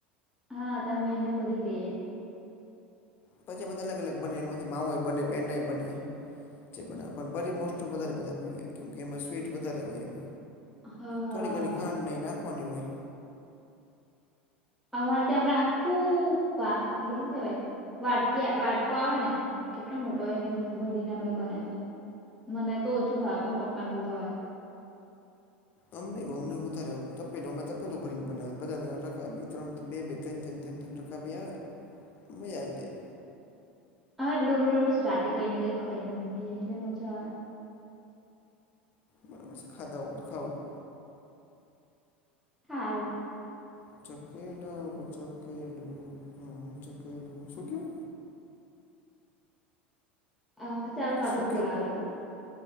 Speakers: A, in the centre; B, on the left (about 35°).
A: હા તમે એને બરી કહીએ.
B: પછી એમાંથી અલગ અલગ બને એનામાંથી માવો એ બને, પેંડા એ બને. જે બનાવ. પણ બરી મોસ્ટોપ વધારે બધા પીવે કેમ કે એમાં સ્વીટ વધારે હોય એમ.
A: હા
B: થોડી ઘણી ખાંડને ઈ નાખવાની હોય.
A: અમારે ત્યાં હમણા આખું પાસ પેલુ હું કેવાય. વાટકી આ વાટકો આવે ને કેટલો મોટો એને ભરીને હમણાં બનાવી. મને તો ઓછો ભાવ પણ પપ્પાને બો ભાવે
B: અમ ન અમને વધારે તપેલું, અમે તપેલું ભરીને બનાવી, બધાને આપીએ બને રખી ત્રણ બે બે તેમ તેમ તેમ તેમ રકાબી આવે, મજા આવી જાય.
A: હા, દરરોજ રાતે કઈ ને કઈ ખાઈને ઊંઘે એટલે મજા આવે.
B: બરાબર છે ખાધા ઉપર ખાવું
A: હારુ.
B: <unintelligible> શું કેવ?
A: અહ ચાલો ટોપિક
B: શું
A: બોલો
B: કયો
A: આગળનો